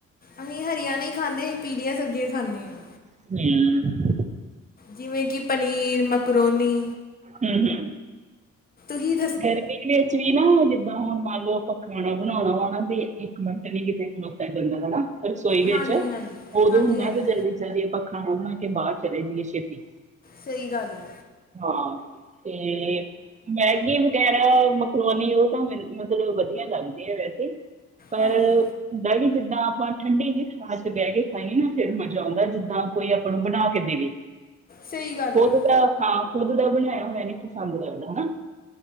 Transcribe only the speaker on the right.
ਹਮ।
ਹਮ ਹਮ।
ਗਰਮੀ ਵਿੱਚ ਵੀ ਨਾ ਜਿੱਦਾਂ ਹੁਣ ਮੰਨ ਲਓ ਆਪਾਂ ਖਾਣਾ ਬਣਾਉਣਾ ਵਾਨਾਂ ਵੇ। ਮਿੰਟ ਨੀ ਇੱਥੇ ਖਲੋਤਾ ਜਾਂਦਾ ਹਨਾ ਰਸੋਈ
ਵਿੱਚ
ਉਦੋਂ
ਹੁੰਦਾ
ਕਿ ਜਲਦੀ ਜਲਦੀ ਆਪਾ ਖਾਣਾ ਬਣਾ ਕੇ ਬਾਹਰ ਚਲੇ ਜਾਈਏ ਛੇਤੀ।
ਹਾਂ ਤੇ ਮੈਂ ਮੈਗੀ ਵਗੈਰਾ ਮਕਰੋਉਣੀ ਉਹ ਤਾਂ ਮਤਲਬ ਵਧੀਆ ਲੱਗਦੀ ਹੈ ਵੈਸੇ। ਪਰਅ
ਹੁੰਦਾ ਵੀ ਜਿੱਦਾਂ ਆਪਾਂ ਠੰਡੀ ਜਹੀ ਥਾਂ ਤੇ ਬਹਿ ਕੇ ਖਾਈਏ ਨਾ ਫੇਰ ਮਜ਼ਾ ਆਉਂਦਾ ਜਿੱਦਾਂ ਕੋਈ ਆਪਾਂ ਨੂੰ ਬਣਾ ਕੇ ਦੇਵੇ।
ਖੁਦ
ਦਾ ਹਾਂ ਖੁਦ ਦਾ ਬਣਾਇਆ ਹੋਇਆ ਨੀਂ ਪਸੰਦ ਲੱਗਦਾ ਨਾ।